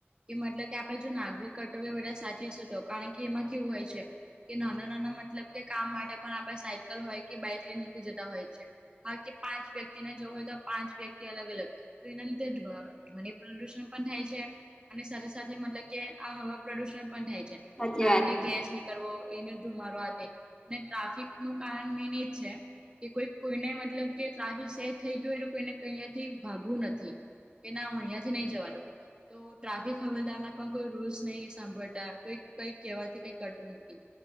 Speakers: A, on the right; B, on the left.
A: કે મતલબ કે આપડે જો નાગરિક કર્તવ્ય વેધા સાચી છે તો કારણ કે એમાં કેવું હોય છે. કે નાના નાના મતલબ કે કામ માટે પણ આપે સાયકલ હોય કે બાઈક લઈ નીકળી જતા હોય છે. હા કે પાંચ વ્યક્તિને જવું હોય તો પાંચ વ્યક્તિ અલગ અલગ, તો એના લીધે ધ્વનિ પ્રદુષણ પણ થાય છે, અને સાથે સાથે મતલબ કે આ હવા પ્રદુષણ પણ થાય છે.
B: સાચી
A: કારણ
B: વાત
A: કે
B: છે
A: ગેસ નીકળવો એને ધુમારો હ. ને ટ્રાફિક નું કારણ મેન એ છે, કે કોઈ કોઈને મતલબ કે થી સેર થઈ ગયો એટ એને અહયા થી ભાગવું નથી કે, ના અહિયાયા થી નહી જવાનું. તો ટ્રાફિક હવારદાર ના પણ કોઈ રૂલ્સ નહી સાંભળતા કોઈ કઈક કહેવાથી કઈ કટું નથી.